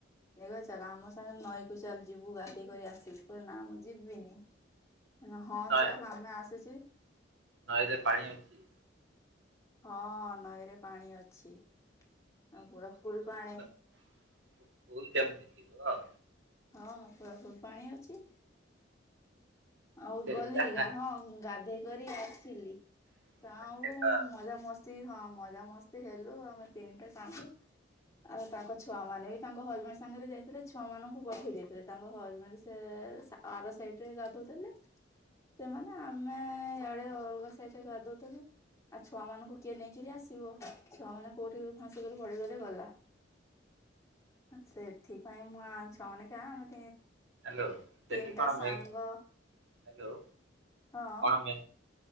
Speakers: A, on the left (about 15°); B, on the right (about 80°).
A: ନ ଚାଲ ଆମ ସାଙ୍ଗରେ ନଈକୁ ଚାଲି ଯିବୁ ଗାଦେଇ କରି ଆସିବି ପୁରା ନାଁ ମୁ ଯିବିନି ହଁ
B: ନଈ
A: ଚାଲ ଆମେ ଆସିୁଛି
B: ନଈରେ ପାଣି ଅଛି
A: ହଁ ନଈରେ ପାଣି ଅଛି ଆଉ ପୁରା ଫୁଲ ପାଣି
B: ଭୁଲ କେମତୀ ବ
A: ହଁଁ ପୁରା ଫୁଲ ପାଣି ଅଛି ଆଉ
B: ସେଇଟା
A: ଗଲି ଗା ହଁ ଗାଧେଇ କରି ଆସିଲି
B: ସେଇଟା
A: ସାଉ
B: ସେଟା
A: ମଜାମସ୍ତି ହଁ ମଜାମସ୍ତି ହେଲୁ ଆମେ ତିନିଟା ସାଙ୍ଗ। ଆଉ ତାଙ୍କ ଛୁଆ ମ ବି ତାଙ୍କ ହଜବେଣ୍ଡ ସାଙ୍ଗରେ ଯାଇଥିଲେ ଛୁଆ ମାନଙ୍କୁ ପଠେଇ ଦେଇଥିଲେ ତାଙ୍କ ହଜବେଣ୍ଡ ସେ ଆର ସାଇଡ ରେ ଗାଧଉଥିଲେ ସେ ମମାନେ ଆମେ ଇଆଡେ ଅଲଗା ସୋଇଟା ଗାଧଉଥିଲୁ ଆଉ ଛୁଆ ମାନଙ୍କୁ କିଏ ନେଇକିରି ଆସିବ ଛୁଆ ମାନେ କୋଉଠି ଫାସିକରି ପଳେଇଗଲେ ଗଲା। ସେଥିପାଇଁ ମୁଁ ଆଣି ଛୁଆମାନେ ଆ ଆମେ
B: ହ୍ୟାଲୋ ସେଠି
A: ତିନିଟା
B: କଣ
A: ସାଙ୍ଗ
B: ମେ ହ୍ୟାଲୋ
A: ହଁ।
B: କଣ ମେ